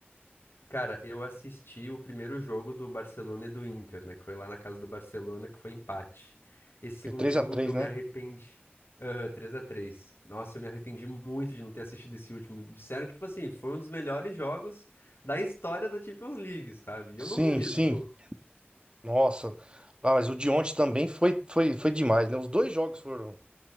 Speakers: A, on the left; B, on the right.
A: Cara, eu assisti o primeiro jogo do Barcelona e do Inter, né? Que foi lá na casa do Barcelona, que foi empate. Esse segundo
B: Foi três
A: jogo
B: a três,
A: eu me
B: né?
A: arrependi. Aham, 3x3. Nossa, eu me arrependi muito de não ter assistido esse último. Disseram que, tipo assim, foi um dos melhores jogos da história da Champions League, sabe? E eu
B: Sim,
A: não duvido,
B: sim.
A: pô.
B: Nossa, ah, mas o de ontem também foi, foi, foi demais, né? Os dois jogos foram,